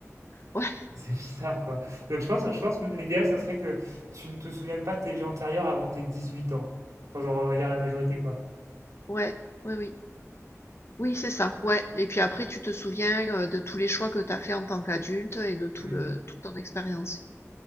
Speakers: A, on the left; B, on the right.
A: <laughs> Ouais,
B: <laughs> C'est bizarre, quoi. Donc je pense je pense que l'idéal, ça serait que tu ne te souviennes pas de tes vies antérieures avant tes 18 ans. Enfin, genre, on va dire la majorité, quoi.
A: ouais, oui, oui, oui, c'est ça. Ouais. Et puis après, tu te souviens euh, de tous les choix que t'as fait en tant qu'adulte et de tout
B: Mmh,
A: le, toute ton expérience.